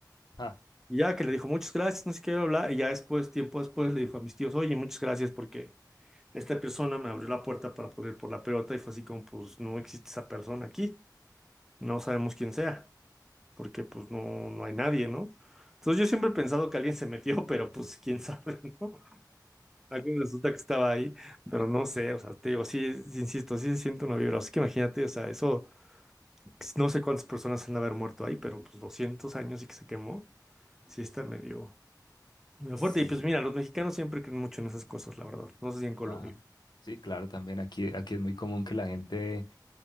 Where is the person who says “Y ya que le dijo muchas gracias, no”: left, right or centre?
Centre